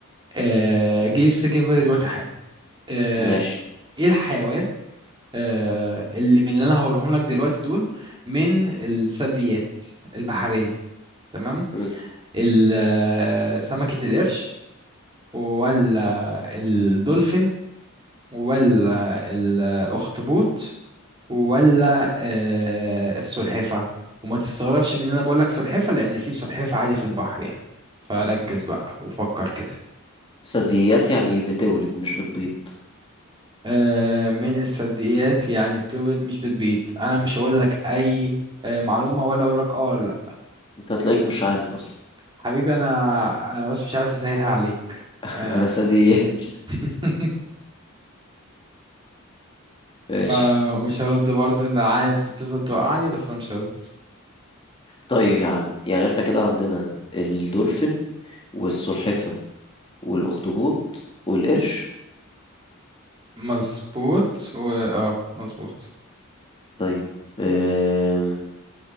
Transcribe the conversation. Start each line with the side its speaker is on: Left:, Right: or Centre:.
Right: آه جه لسه جه في بالي دلوقتي حالا آه
Left: ماشي
Right: ايه الحيوان آه اللي من اللي انا هقولهم لك دلوقتي دول من الثدييات البحرية تمام
Left: مم.
Right: ال- آه، سمكة القرش ولا الدولفين ولا الأخطبوط ولا آه، السلحفة وما تستغربش من ان انا بقولك سلحفة لان في سلحفة عادي في البحر يعني فركز بقى وفكر كده
Left: ثدييات يعني إيه؟ بتولد مش بتبيض
Right: آه، من الثدييات يعني بتولد مش بتبيض انا مش هقولك اي آه، معلومة ولا اقولك اه ولا لا
Left: انت هتلاقيك مش عارف اصلا
Right: حبيبي انا انا بس مش عايز اسهلها عليك
Left: <laughs>
Right: آه.
Left: انا ثدييات
Right: <laughs>
Left: <laughs> ماشي
Right: آه، مش هرد برضه انا عارف بتفضل توقعني بس انا مش هرد
Left: طيب يا عم يعني احنا كده عندنا الدولفين والسلحفة والاخطبوط والقرش
Right: مظبوط و اه مظبوط
Left: طيب أم...